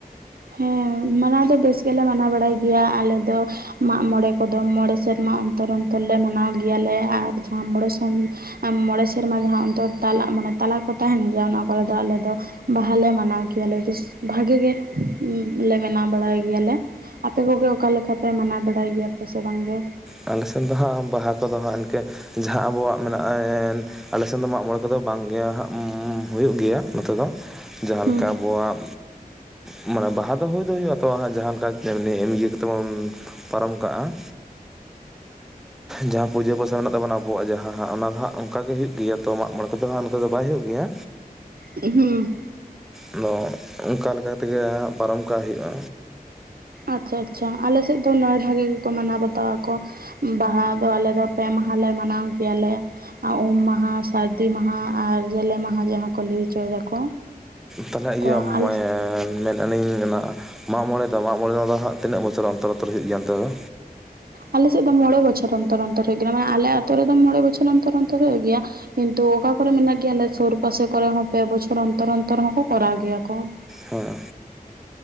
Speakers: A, on the right; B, in the centre.
A: ᱦᱮᱸ ᱢᱟᱱᱟᱣ ᱫᱚ ᱵᱮᱥ ᱜᱮᱞᱮ ᱢᱟᱱᱟᱣ ᱵᱟᱲᱟᱭ ᱜᱮᱭᱟ ᱟᱞᱮ ᱫᱚ᱾ ᱢᱟᱜ ᱢᱚᱬᱮ ᱠᱚᱫᱚ ᱢᱚᱬᱮ ᱥᱮᱨᱢᱟ ᱚᱱᱛᱚᱨ ᱚᱱᱛᱚᱨ ᱞᱮ ᱢᱟᱱᱟᱣ ᱜᱮᱭᱟᱞᱮ ᱟᱨ ᱡᱟᱦᱟᱸ ᱢᱚᱬᱮ ᱥᱚᱢ ᱢᱚᱬᱮ ᱥᱮᱨᱢᱟ ᱡᱟᱦᱟᱸ ᱚᱱᱛᱚᱨ ᱛᱟᱞᱟ ᱢᱟᱱᱮ ᱛᱟᱞᱟ ᱠᱚ ᱛᱟᱦᱮᱸᱱ ᱜᱮᱭᱟ ᱚᱱᱟ ᱠᱚᱨᱮ ᱫᱚ ᱟᱞᱮ ᱫᱚ ᱵᱟᱦᱟᱞᱮ ᱢᱟᱱᱟᱣ ᱜᱮᱭᱟᱞᱮ ᱵᱮᱥ ᱵᱷᱟᱜᱤ ᱜᱮ᱾ ᱩ ᱞᱮ ᱢᱟᱱᱟᱣ ᱵᱟᱲᱟᱭ ᱜᱮᱭᱟᱞᱮ, ᱟᱯᱮ ᱠᱚᱜᱮ ᱚᱠᱟ ᱞᱮᱠᱟᱯᱮ ᱢᱟᱱᱟᱣ ᱵᱟᱲᱟᱭ ᱜᱮᱭᱟ ᱯᱮᱥᱮ ᱵᱟᱝᱜᱮ?
B: ᱟᱞᱮ ᱥᱮᱱ ᱫᱚ ᱦᱟᱸᱜ ᱵᱟᱦᱟ ᱠᱚᱫᱚ ᱦᱟᱸᱜ ᱤᱱᱠᱟᱹ ᱡᱟᱦᱟᱸ ᱟᱵᱚᱣᱟᱜ ᱢᱮᱱᱟᱜᱼᱟ ᱮᱱ ᱟᱞᱮ ᱥᱮᱱ ᱫᱚ ᱢᱟᱜ ᱢᱚᱬᱮ ᱠᱚᱫᱚ ᱵᱟᱝ ᱜᱮ ᱦᱟᱜ ᱦᱩᱭᱩᱜ ᱜᱮᱭᱟ ᱱᱚᱛᱮ ᱫᱚ ᱡᱟᱦᱟᱸ
A: ᱦᱩᱸ
B: ᱞᱮᱠᱟ ᱟᱵᱚᱣᱟᱜ ᱢᱟᱱᱮ ᱵᱟᱦᱟ ᱫᱚ ᱦᱩᱭ ᱫᱚ ᱦᱩᱭᱩᱜᱼᱟ ᱛᱚ ᱦᱟᱸᱜ ᱡᱟᱦᱟᱸ ᱞᱮᱠᱟ ᱫᱮᱢᱱᱤ ᱮᱢᱱᱤ ᱮᱢ ᱤᱭᱟᱹ ᱠᱚᱛᱮ ᱵᱚᱱ ᱯᱟᱨᱚᱢ ᱠᱟᱜᱼᱟ᱾ ᱡᱟᱦᱟᱸ ᱯᱩᱡᱟᱹ ᱯᱟᱥᱟ ᱢᱮᱱᱟᱜ ᱛᱟᱵᱚᱱᱟ ᱟᱵᱚᱣᱟᱜ ᱡᱟᱦᱟᱸ ᱚᱱᱟ ᱫᱚ ᱦᱟᱸᱜ ᱚᱱᱠᱟᱜ ᱜᱮ ᱦᱩᱭᱩᱜ ᱜᱮᱭᱟ ᱛᱚ ᱢᱟᱜ ᱢᱚᱲᱮ ᱠᱚᱫᱚ ᱦᱟᱸᱜ ᱱᱚᱛᱮ ᱫᱚ ᱵᱟᱭ ᱦᱩᱭᱩᱜ ᱜᱮᱭᱟ᱾
A: ᱦᱩᱸ
B: ᱟᱫᱚ ᱚᱱᱠᱟ ᱞᱮᱠᱟ ᱛᱮᱜᱮ ᱯᱟᱨᱚᱢ ᱠᱟᱜ ᱦᱩᱭᱩᱜᱼᱟ᱾
A: ᱟᱪᱪᱷᱟ ᱟᱪᱪᱷᱟ ᱟᱞᱮᱥᱮᱫ ᱫᱚ ᱱᱚᱜᱚᱭ ᱵᱷᱟᱜᱤ ᱜᱮᱠᱚ ᱢᱟᱱᱟᱣ ᱵᱟᱛᱟᱣ ᱟᱠᱚ᱾ ᱵᱟᱦᱟ ᱫᱚ ᱟᱞᱮ ᱫᱚ ᱯᱮ ᱢᱟᱦᱟᱞᱮ ᱢᱟᱱᱟᱣ ᱜᱮᱭᱟᱞᱮ᱾ ᱩᱢ ᱢᱟᱦᱟ, ᱥᱟᱹᱨᱫᱤ ᱢᱟᱦᱟ, ᱟᱨ ᱡᱟᱞᱮ ᱢᱟᱦᱟ ᱡᱟᱦᱟᱸ ᱠᱚ ᱞᱟᱹᱭ ᱦᱚᱪᱚᱭ ᱫᱟᱠᱚ᱾
B: ᱛᱟᱦᱚᱞᱮ
A: ᱛᱚ
B: ᱤᱭᱟᱹ
A: ᱟᱞᱮ
B: ᱢᱚᱭᱮᱼᱼ ᱢᱮᱱ ᱟᱹᱞᱤᱧ ᱚᱱᱟ ᱢᱟᱜ ᱢᱚᱬᱮ ᱫᱚ ᱢᱟᱜ ᱢᱚᱬᱮ ᱫᱚ ᱦᱟᱸᱜ ᱛᱤᱱᱟᱹᱜ ᱵᱚᱪᱷᱚᱨ ᱚᱱᱛᱚᱨ ᱚᱱᱛᱚᱨ ᱦᱩᱭᱩᱜ ᱜᱮᱭᱟ ᱟᱱᱛᱮ ᱫᱚ?
A: ᱟᱞᱮ ᱥᱮᱫ ᱫᱚ ᱢᱚᱬᱮ ᱵᱚᱪᱷᱚᱨ ᱚᱱᱛᱚᱨ ᱚᱱᱛᱚᱨ ᱦᱩᱭᱩᱜ ᱠᱟᱱᱟ ᱢᱟᱱᱮ ᱟᱞᱮ ᱟᱛᱳ ᱨᱮᱫᱚ ᱢᱚᱬᱮᱸ ᱵᱚᱪᱷᱚᱨ ᱚᱱᱛᱚᱨ ᱚᱱᱛᱚᱨ ᱦᱩᱭᱩᱜ ᱜᱮᱭᱟ। ᱠᱤᱱᱛᱩ ᱚᱠᱟ ᱠᱚᱨᱮ ᱢᱮᱱᱟᱜ ᱜᱮᱭᱟ ᱟᱞᱮ ᱥᱩᱨ ᱯᱟᱥᱮ ᱠᱚᱨᱮ ᱦᱚᱸ ᱯᱮ ᱵᱚᱪᱷᱚᱨ ᱚᱱᱛᱚᱨ ᱚᱱᱛᱚᱨ ᱦᱚᱸᱠᱚ ᱠᱚᱨᱟᱣ ᱜᱮᱭᱟ ᱠᱚ ᱾
B: ᱦᱮᱸ